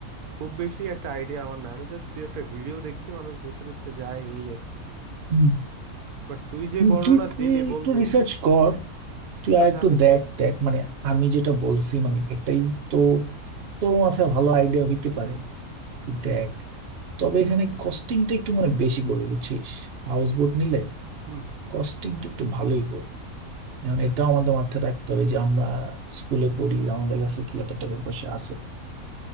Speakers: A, on the right (about 75°); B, on the right (about 50°).
A: খুব বেশি একটা আইডিয়া আমার না আমি জাস্ট তুই একটা ভিডিও দেখছি মানুষ ঘুরতে টুরতে যায় এই আর কি
B: হুম,
A: বাট তুই যে
B: হুম,
A: বর্ণনা
B: তুই তুই
A: দিলি বন্ধু
B: একটু রিসার্চ কর তুই আর
A: আচ্ছা
B: একটু
A: আমি
B: দেখ
A: দেখবো
B: দেখ মানে আমি যেটা বলছি মানে এটাই তো তোর মাথায় ভালো আইডিয়া হইতে পারে দেখ তবে এখানে কস্টিংটা একটু মানে বেশি পড়বে বুঝছিস হাউস বোট নিলে
A: হুম
B: কস্টিংটা একটু ভালোই পড়বে এখন এটাও আমাদের মাথায় রাখতে হবে যে আমরা স্কুলে পড়ি আমাদের কাছে কি এত টাকা পয়সা আছে